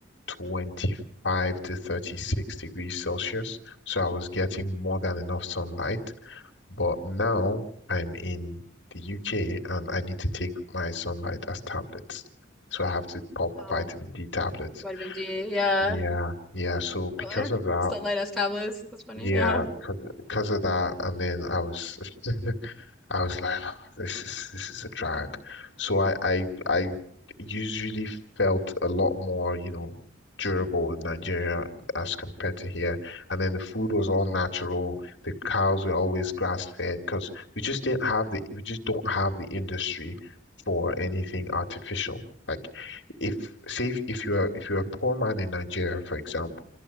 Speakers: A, on the left (about 65°); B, in the centre.
A: 25 to 36 degrees Celsius. So I was getting
B: mm.
A: more than enough sunlight. But now I'm in the UK and I need to take my sunlight as tablets. So I have to pop
B: Oh,
A: vitamin D tablets.
B: vitamin D. Yeah.
A: Yeah, yeah. So because
B: Oh, I-
A: of that,
B: sunlight as tablets. That's funny.
A: yeah,
B: Yeah.
A: because of that, and then I was, <laughs> I was like, "Oh, this is this is a drag. So I I I usually felt a lot more, you know, durable in Nigeria as compared to here. And then the food was all natural. The cows were always grass fed because we just didn't have the we just don't have the industry for anything artificial. Like if say if, if you're if you're a poor man in Nigeria, for example.